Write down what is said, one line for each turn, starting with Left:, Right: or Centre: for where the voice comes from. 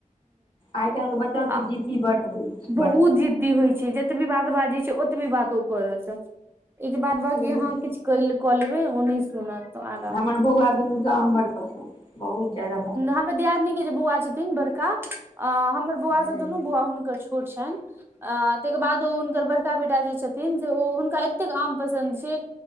Left: आइ काल्हि के बच्चा सब
Right: आ
Left: जिद्दी बड होई छै
Right: बहुत
Left: बडे।
Right: जिद्दी होइ छैय जतबी बात बाजैय छैय ओतबी बात ओ करत। एक बाद बाकी
Left: हूँ
Right: अहाँ किछु कऽ लेबैय ओ नहि सुनत। आगाँ
Left: हमर बौआ दुनूके आम बड़ पसन्द बहुत जादा।
Right: हर दियादनीके जे बौआ छथिन थिन बड़का अ हमर बौआ
Left: छै
Right: से दुनू बौआ हुनकर छोट छनि आ ताहिके बाद ओ हुनकर बड़का बेटा जे छथिन से ओ हुनका एतेक आम पसन्द छैय